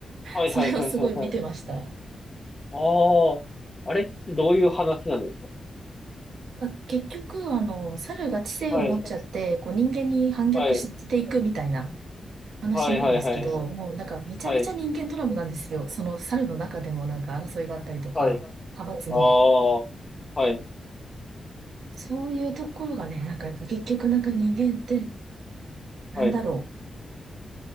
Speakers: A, on the left (about 20°); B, on the right (about 85°).
A: はいはいはいはいはい。
B: それをすごい見てました。
A: ああ、あれってどういう話なんですか
B: が結局、あの、猿が知性を持っちゃって、
A: はい。
B: こう人間に反逆していくみたいな
A: はい。
B: 話なんですけど、
A: はいはいはい。
B: もうなんかめちゃめちゃ人間ドラマなんですよ。
A: はい。
B: その猿の中でもなんか争いがあったりとか、
A: はい。あ
B: 派閥の。
A: あ、はい。
B: そういうところがね、なんかやっぱ結局なんか人間って、なんだろ
A: はい。